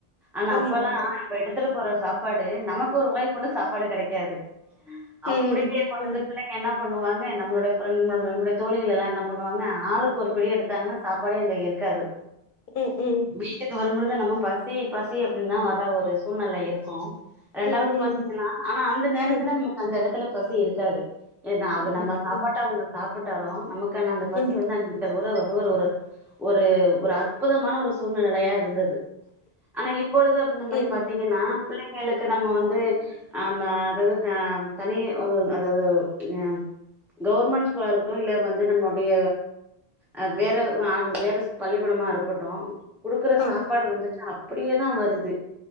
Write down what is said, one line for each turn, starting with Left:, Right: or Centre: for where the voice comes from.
Centre: ஆனா
Left: ஆமா
Centre: அப்பெல்லா
Left: ஆமா
Centre: இப்ப எடுத்துட்டு போற சா ப்பாடு நமக்கு ஒரு வாய் கூட சாப்பாடு கெடைக்காது அப்படியே
Left: ம்
Centre: கொண்டாந்து
Left: ஆமா
Centre: பிள்ளைங்க என் ன பண்ணுவாங்க நம்மளோட ஃப்ரெண் நம்மளுடைய தோழிகள் எல்லா என்ன பண்ணுவாங்க ஆளுக்கு ஒரு பிடி எடுத்தாங்கன்னா சாப்பாடே அங்க இருக்காது
Left: ம் ம்
Centre: வீட்டுக்கு வரும்பொழு து நம்ம பசி பசி அப்படின்னுதான் வர்ற ஒரு சூழ்நில இருக்கு ரெண்டாவது
Left: ம்
Centre: பாத்தீங்கன்னா
Left: ம்
Centre: ஆனா அந்த நேர
Left: ம்
Centre: நமக்கு அந்த எடத்துல பசி இருக்காது ஏனா அவர்
Left: அப்டியா
Centre: நம்ம சாப்பாட்ட
Left: ம்
Centre: அவுங்க சா ப்பிட்டாரோ நமக் கு அந்த பசி
Left: ம்
Centre: வந்து அங் இருக்காது உறவ அது ஒரு ஒரு ஒரு அற்புதமான ஒரு சூழ்நிலையா இருந்தது ஆனா இப் பொழுது அப்ப இந்த மாரி
Left: ம்
Centre: பாத்தீங்கன்னா பிள்ளைங்களுக்கு நம்ம வந்து ஆம அதது அ தனி ஒ அதாவது ப்ச் கவர்மெண்ட் ஸ்கூலா இருக்கட்டு இல்ல வந்து நம்முடைய அ வேற ஆ வேற பள்ளிக்கூடமா இருக்கட்டு குடுக்குற
Left: ஆ
Centre: சாப்பாட வந்துட்டு அப் அப்படியேதா வருது